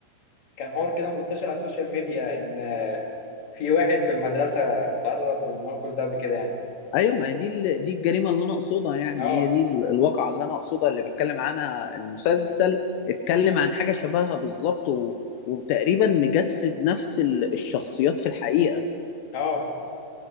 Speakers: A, on the left (about 45°); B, on the left (about 80°).
A: كان حوار كده منتشر على السوشيال ميديا ان في واحد في المدرسة اتعرض للموقف ده قبل كده يعني
B: ايوه ما هي دي ال- دي الجريمه اللي انا اقصدها يعني
A: اه
B: هي دي ال- الواقعه اللي انا اقصدها اللي بتكلم عنها المسلسل اتكلم عن حاجه شبهها بالظبط و... وتقريبا مجسد نفس ال- الشخصيات في الحقيقه
A: اه